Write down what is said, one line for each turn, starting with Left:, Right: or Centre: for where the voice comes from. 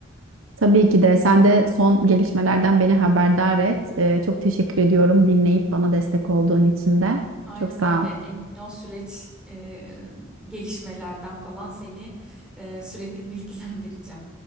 Right: Tabii ki de sen de son gelişmelerden beni haberdar et. Ee, çok teşekkür ediyorum dinleyip bana destek olduğun için de.
Centre: Aynen
Right: Çok sağ
Centre: öyle.
Right: ol.
Centre: Emin ol süreç e, gelişmelerden falan seni e, sürekli bilgilendireceğim.